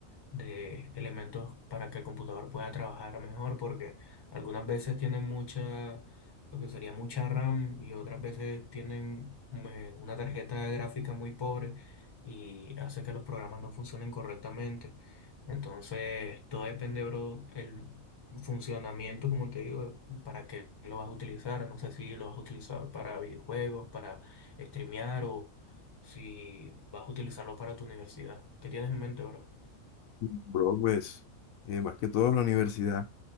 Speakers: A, on the left; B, on the left.
A: de elementos para que el computador pueda trabajar mejor, porque algunas veces tienen mucha, lo que sería mucha RAM y otras veces tienen eh, una tarjeta gráfica muy pobre y hace que los programas no funcionen correctamente. Entonces, todo depende, bro, el funcionamiento, como te digo, para qué lo vas a utilizar. No sé si lo vas a utilizar para videojuegos, para streamear o si vas a utilizarlo para tu universidad. ¿Qué tienes en mente, bro?
B: Bro, pues, eh, más que todo en la universidad.